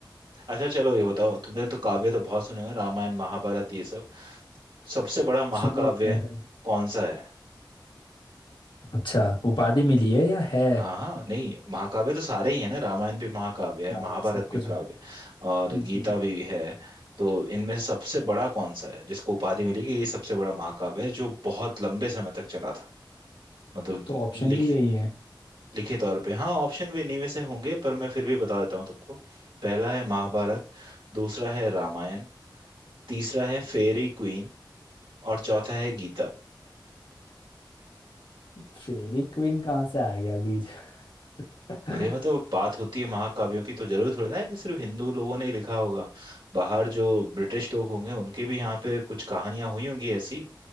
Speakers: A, on the right; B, on the left.
A: अच्छा चलो ये बताओ तुमने तो काव्य तो बहुत सुने होंगे रामायण महाभारत ये सब सबसे बड़ा महाकाव्य
B: सुने तो है
A: कौन सा है
B: अच्छा उपाधि मिली है या है
A: हाँ हाँ नहीं महाकाव्य तो सारे ही है ना रामायण भी महाकाव्य है
B: हाँ
A: महाभारत
B: सब
A: भी
B: कुछ
A: काव्य और गीता
B: जी
A: भी है तो इनमें सबसे बड़ा कौन सा है जिसको उपाधि मिली कि ये सबसे बड़ा महाकाव्य है जो बहुत लंबे समय तक चला था मतलब लि-
B: तो ऑप्शन
A: लिख
B: भी यही है
A: लिखे तौर पे हाँ ऑप्शन भी इन्हीं में से होंगे पर मैं फिर भी बता देता हूँ तुमको पहला है महाभारत दूसरा है रामायण तीसरा है फेरी क्वीन और चौथा है गीता
B: फेरी क्वीन कहाँ से आ गया बीच <laughs>
A: अरे मतलब बात होती है महाकाव्यों की तो जरूर थोड़ी ना है कि सिर्फ हिंदू लोगों ने ही लिखा होगा बाहर जो ब्रिटिश लोग होंगे उनके भी यहाँ पे कुछ कहानियां हुई होंगी ऐसी